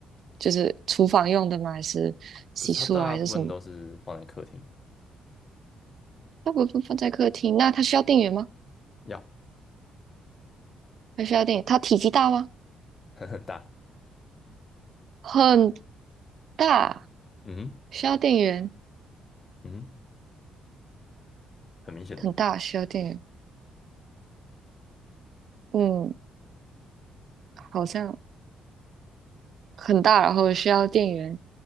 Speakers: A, on the right; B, on the left.
A: 就是厨房用的吗？还是洗漱啊，
B: 不是，它大部分都是放在客厅，
A: 还是什么？那不不放在客厅，那它需要电源吗？
B: 要
A: 还需要电源，它体积大吗？
B: <laughs> 很大。
A: 很大，
B: 嗯哼
A: 需要电源，
B: 嗯哼很明显哦。
A: 很大，需要电源。嗯，好像很大，然后需要电源，